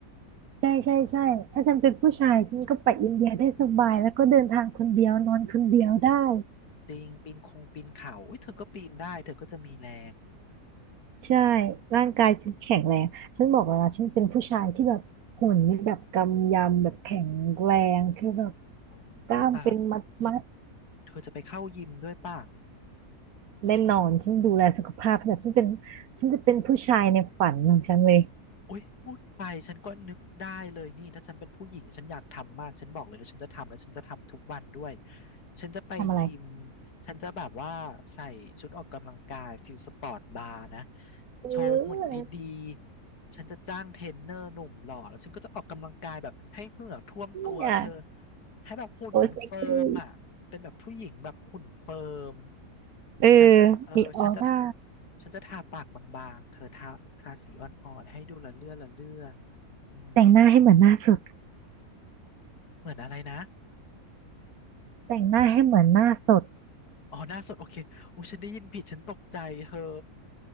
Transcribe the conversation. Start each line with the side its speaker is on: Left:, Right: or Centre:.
Right: ใช่ใช่ใช่ถ้าฉันเป็นผู้ชายฉันก็ไปอินเดียได้สบายแล้วก็เดินทางคนเดียวนอนคนเดียวได้
Left: จริงปีนคงปีนเขาอุ้ยเธอก็ปีนได้เธอก็จะมีแรง
Right: ใช่ ร่างกายฉันแข็งแรง ฉันบอกแล้วนะฉันเป็นผู้ชายที่แบบหุ่นนี่แบบกำยำแบบแข็งแรงคือแบบ
Left: อ๋ออุ้ยตายแล้ว
Right: กล้ามเป็นมัดมัด
Left: เธอจะไปเข้ายิมด้วยป่ะ
Right: แน่นอน ฉันดูแลสุขภาพแบบฉันเป็นฉันจะเป็นผู้ชายในฝันของฉันเลย
Left: โอ๊ยพูดไปฉันก็นึกได้เลยนี่ถ้าฉันเป็นผู้หญิงฉันอยากทำมากฉันบอกเลยแล้วฉันจะทำแล้วฉันจะทำทุกวันด้วยฉันจะไปยิม
Right: ทำอะไร
Left: ฉันจะแบบว่าใส่ชุดออกกำลังกายฟิลสปอร์ตบาร์นะ
Right: เออ
Left: โชว์หุ่นดีๆฉันจะจ้างเทรนเนอร์หนุ่มหล่อแล้วฉันก็จะออกกำลังกายแบบให้เหงื่อท่วมตัวเธอ
Right: เนี่ย
Left: ให้แบบหุ่นมันเฟิร์มอ่ะเป็นแบบผู้หญิงแบบหุ่นเฟิร์ม
Right: โอ้เซ็กซี่เออ
Left: ฉันจะเออฉันจะ
Right: มีออร่า
Left: ฉันจะทาปากบางๆเธอทาทาสีอ่อนๆให้ดูละเลื่อละเลื่ออืม
Right: แต่งหน้าให้เหมือนหน้าสด
Left: เหมือนอะไรนะ
Right: แต่งหน้าให้เหมือนหน้าสด
Left: อ๋อหน้าสดโอเคโอ้ฉันได้ยินผิดฉันตกใจเธอ